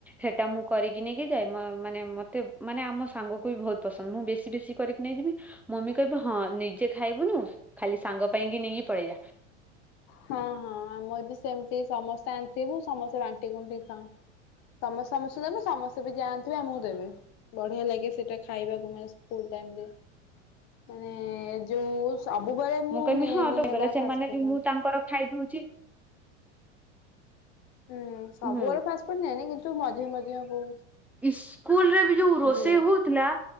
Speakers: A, in the centre; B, on the left.
A: ସେଟା ମୁଁ କରିକି ନେଇକି ଯାଏ ମ ମାନେ ମତେ ମାନେ ଆମ ସାଙ୍ଗକୁବି ବହୁତ୍ ପସନ୍ଦ ମୁଁ ବେଶୀ ବେଶୀ କରିକି ନେଇଯିବି। ମମି କହିବେ ହଁ ନିଜେ ଖାଇବୁନୁ ଖାଲି ସାଙ୍ଗ ପାଇଁକି ନେଇକି ପଳେଇଲା।
B: ହଁ ହଁ ଆମରବି ସେମିତି ସମସ୍ତେ ଆଣିଥିବୁ ସମସ୍ତେ ବାଣ୍ଟି କୁଣ୍ଟି ଖାଉ। ତମେ ସମସ୍ତେ ଦେବେ ସମସ୍ତେବି ଯାଆଣିଥିବେ ଆମକୁ ଦେବେ। ବଢ଼ିଆ ଲାଗେ ସେଟା ଖାଇବାକୁ ମାନେ ସ୍କୁଲ ଟାଇମରେ ମାନେ ଯୋଉ ସବୁବେଳେ ମୁଁ
A: କହିବି
B: ନିଏନି
A: ହଁ ତ
B: ହେଲା
A: ଗଲେ ସେମାନେ
B: ଫାଷ୍ଟ
A: ଯୋଉ
B: ଫୁଡ୍।
A: ମୁଁ ତାଙ୍କର ଖାଇଦଉଛି
B: ହୁଁ ସବୁବେଳେ
A: ହୁଁ
B: ଫାଷ୍ଟଫୁଡ୍ ନିଏନି କିନ୍ତୁ ମଝିରେ ମଝିରେ ବୋଉ
A: ଇସ୍ ସ୍କୁଲରେବି ଯୋଉ ରୋଷେଇ
B: ଦିଏ।
A: ହଉ ଥିଲା